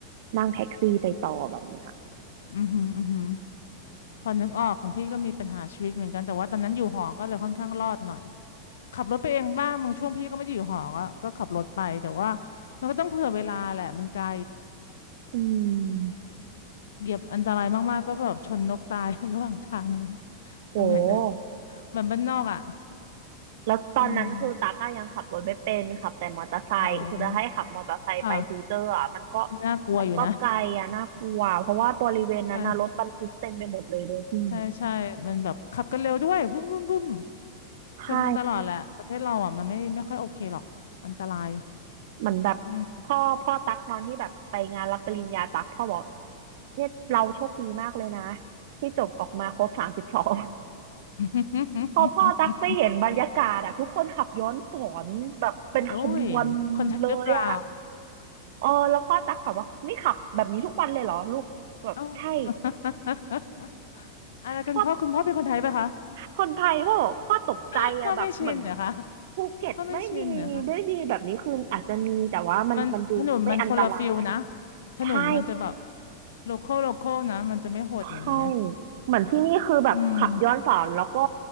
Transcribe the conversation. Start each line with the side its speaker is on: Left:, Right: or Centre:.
Right: นั่งแท็กซี่ไปต่อแบบเนี้ย
Left: อือหืออือหือพอนึกออกของพี่ก็มีปัญหาชีวิตเหมือนกันแต่ว่าตอนนั้นอยู่หอก็เลยค่อนข้างรอดหน่อยขับรถไปเองบ้างบางช่วงพี่ก็ไม่ได้อยู่หอก็ก็ขับรถไปแต่ว่ามันก็ต้องเผื่อเวลาแหละมันไกล
Right: อืม
Left: เหยียบอันตรายมากๆก็แบบชนนกตาย <laughs> ระหว่างทางเลย
Right: โห
Left: สมัยนั้นเหมือนบ้านนอกอ่ะ
Right: แล้วตอนนั้นคือตาก้ายังขับรถไม่เป็นขับแต่มอเตอร์ไซค์คือจะให้ขับมอเตอร์ไซค์ไปฟิวเจอร์อ่ะมันก็
Left: อืมอ๋อค่ะเป็นน่ากลัวอยู่นะ
Right: มันก็ไกลอ่ะน่ากลัวเพราะว่าบริเวณนั้นนะรถบรรทุกเต็มไปหมดเลยเลยพี่
Left: ใช่ใช่ใช่มันแบบขับกันเร็วด้วยบึ้มบึ้มบึ้ม
Right: ใช่
Left: ชนกันตลอดแหละประเทศเราอ่ะมันไม่ไม่ค่อยโอเคหรอกอันตราย
Right: เหมือนแบบพ่อพ่อตักนอนที่แบบไปงานรับปริญญาตักพ่อบอก
Left: อืม
Right: เนี่ยเราโชคดีมากเลยนะที่จบออกมาครบสามสิบสอง
Left: <laughs>
Right: พอพ่อตักไปเห็นบรรยากาศอ่ะทุกคนขับย้อนสอนแบบเป็นขบวน
Left: โอ้ยคนไทยหรือเปล่า
Right: เลยอ่ะ เออแล้วพ่อตั๊กถามว่านี่ขับแบบนี้ทุกวันเลยเหรอลูกแบบใช่
Left: เอ้า <laughs> อะไรกันพ่อคุณพ่อเป็นคนไทยปะคะ
Right: พ่อคนไทยพ่อบอกพ่อตกใจอะแบบเหมือน
Left: <laughs> พ่อไม่ชินเหรอคะ
Right: ภูเก็ตไม่มีไม่มีแบบนี้คืออาจจะมีแต่ว่ามันมันดูไม่อันตราย
Left: พ่อไม่ชินเหรอคะมันถนนมันคนละฟิลนะถนนมันจะแบบ
Right: ใช่
Left: โลคอลโลคอลนะมันจะไม่โหดอย่างนี้ไหม
Right: ใช่เหมือนที่นี่คือแบบขับย้อนสอนแล้วก็
Left: อืม